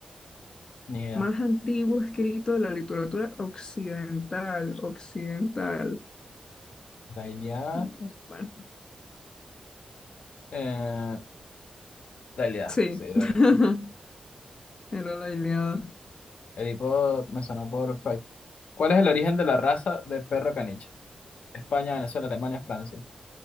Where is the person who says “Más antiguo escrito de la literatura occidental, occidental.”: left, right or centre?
Left